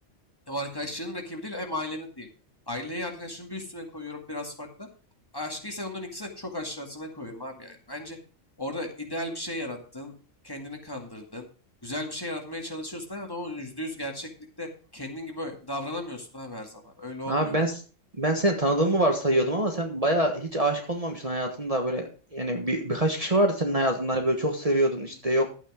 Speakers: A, on the left; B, on the right.
A: hem arkadaşlarının rakibi değil hem ailenin değil. Aileyi arkadaşının bir üstüne koyuyorum biraz farklı. Aşkı ise onların ikisini de çok aşağısına koyuyorum abi yani. Bence orada ideal bir şey yarattın, kendini kandırdın, güzel bir şey yaratmaya çalışıyorsun. Evet ama yüzde yüz gerçeklikte kendin gibi davranamıyorsun abi her zaman. Öyle olmuyor
B: Abi ben
A: bak.
B: s- ben seni tanıdığımı varsayıyordum ama sen bayağı hiç aşık olmamışsın hayatında böyle yani bir, birkaç kişi vardı senin hayatında hani böyle çok seviyordun işte yok